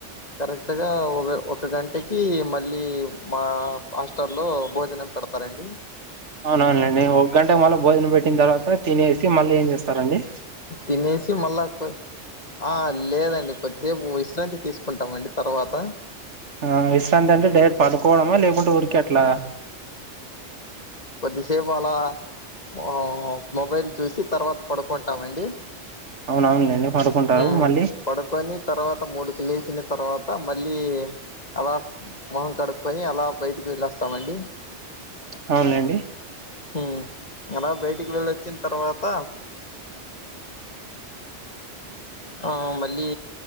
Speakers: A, on the left; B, on the right.
A: కరెక్ట్గా ఒక ఒక గంటకి మళ్ళీ మా అస్ స్టల్లో భోజనం పెడతారండి
B: అవునవును లేండి ఒక గంట మళ్ళీ భోజనం పెట్టిన తర్వాత తినేసి మళ్ళీ ఏం చేస్తారంండి
A: తినేసి మళ్ళా ఆ లేదండి కొద్దిసేపు విశ్రాంతి తీసుకుంటామండి తర్వాత
B: ఆ విశ్రాంతి అంటే డేట్ పడుకోవడమా లేకుంటే ఉరికిే అట్ల
A: కొద్ది సేపు అలా అ మొబైల్ చూసి తర్వత్ పడుకోండి తామండి
B: అవునవునులేండి పడుకుంటారు
A: ఉమ్
B: మళ్ళీ
A: పడుకొని తర్వాత మూడుకు లేసిన తర్వాత మళ్ళీ అలా మొహం కడుక్కోని అలా బయటికి వెళ్ళొస్తామండి
B: అవున్ లేండి
A: ఉమ్ యనా బయటికి వెళ్ళొచ్చిన తర్వాత హ మళ్ళీ